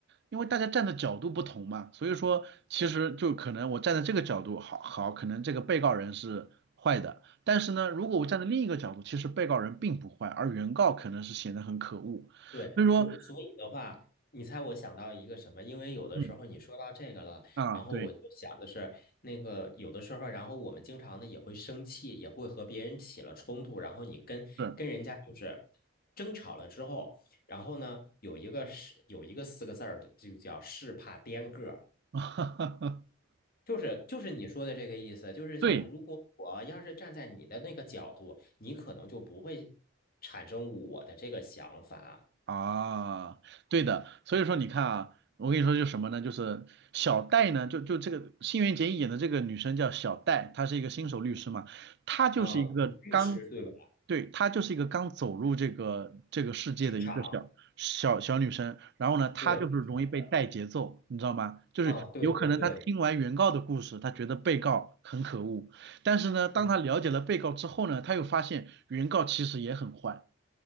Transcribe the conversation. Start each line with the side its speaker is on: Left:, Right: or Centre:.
Right: 因为大家站的角度不同嘛，所以说其实就可能我站在这个角度好好，
Left: 对
Right: 可能这个被告人是坏的，但是呢，如果我站在另一个角度，其实被告人并不坏，而原告可能是显得很可恶，
Left: 对，
Right: 所以说，
Left: 所所以的话，你猜我想到一个什么？因为有的时候你说到这个了，
Right: 嗯啊，
Left: 然后我就想的是，
Right: 对，
Left: 那个有的时候，然后我们经常呢也会生气，也会和别人起了冲突，然后你跟跟人家就是争吵了之后，
Right: 是，
Left: 然后呢有一个是有一个四个字儿的，就叫是怕颠个儿，
Right: <laughs>
Left: 就是就是你说的这个意思，就是像如果我要是站在你的那个角度，
Right: 对，
Left: 你可能就不会产生我的这个想法。
Right: 啊，对的，所以说你看啊，我跟你说就是什么呢？就是小戴呢，就就这个新垣结衣演的这个女生叫小戴，她是一个新手律师嘛，她就是一个刚，
Left: 啊，你律师对吧？
Right: 对，她就是一个刚走入这个这个世界的一个小小小女生，
Left: 职场，
Right: 然后呢，她就是容易被带节奏，
Left: 对，好的，
Right: 你知道吗？就是有可能她听完原告的故事，
Left: 啊，对对对，
Right: 她觉得被告很可恶，但是呢，当她了解了被告之后呢，
Left: 嗯，
Right: 她又发现原告其实也很坏。